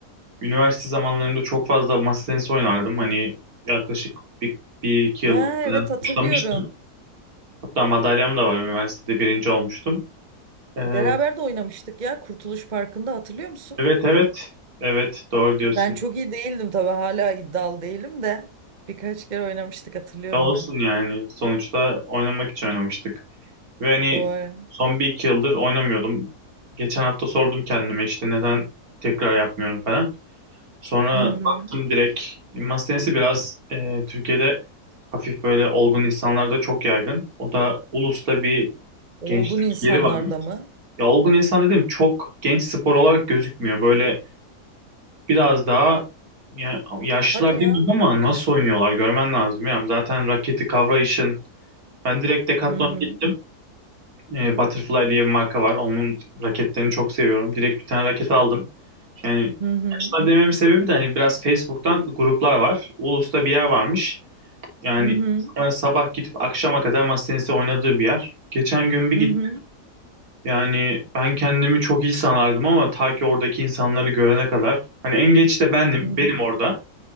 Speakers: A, on the right; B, on the right.
A: Üniversite zamanlarımda çok fazla masa tenisi oynardım. Hani yaklaşık bir, bir iki yıldır
B: Ha,
A: falan
B: evet hatırlıyorum.
A: başlamıştım. Hatta madalyam da var. Üniversitede birinci olmuştum. Ee,
B: Beraber de oynamıştık ya Kurtuluş Parkı'nda hatırlıyor musun?
A: evet evet. Evet doğru diyorsun.
B: Ben çok iyi değildim tabii hala iddialı değilim de birkaç kere oynamıştık hatırlıyorum
A: Ne olsun
B: ben.
A: yani. Sonuçta oynamak için oynamıştık. Ve hani
B: Doğru.
A: son bir iki yıldır oynamıyordum. Geçen hafta sordum kendime işte neden tekrar yapmıyorum falan. Sonra
B: Hı hı.
A: baktım direkt masa tenisi biraz e, Türkiye'de hafif böyle olgun insanlarda çok yaygın. O da Ulus'ta bir
B: Olgun
A: gençlik
B: insanlarda
A: yeri varmış.
B: mı?
A: Ya olgun insan dedim çok genç spor olarak gözükmüyor. Böyle biraz daha ya, yaşlılar
B: Hadi ya
A: demiyorum ama
B: hiç.
A: nasıl oynuyorlar görmen lazım. Ya. Zaten raketi kavrayışın. Ben direkt Decathlon'a
B: Hı hı.
A: gittim. E, Butterfly diye bir marka var. Onun raketlerini çok seviyorum. Direkt bir tane raket aldım. Yani
B: Hı hı.
A: yaşlılar dememin sebebi de hani biraz Facebook'tan gruplar var. Ulus'ta bir yer varmış. Yani
B: Hı hı.
A: sonra sabah gidip akşama kadar masa tenisi oynadığı bir yer. Geçen gün bir
B: Hı
A: gittim.
B: hı.
A: Yani ben kendimi çok iyi sanardım ama ta ki oradaki insanları görene kadar. Hani en geç de benim,
B: Hı hı.
A: benim orada.